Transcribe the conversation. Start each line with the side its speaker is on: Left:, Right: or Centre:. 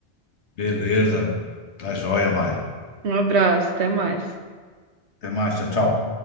Left: Beleza. Tá joia, Mayra.
Right: Um abraço, até mais.
Left: Até mais. Tchau, tchau.